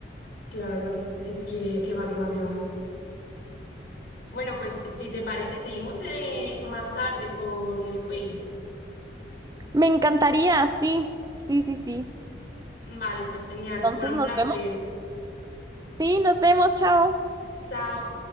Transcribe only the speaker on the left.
claro. Es que, que va, que va, que va. Bueno, pues si te parece, seguimos eh, más tarde con el quiz.
Vale, pues genial.
Bueno, un
placer.
Chao.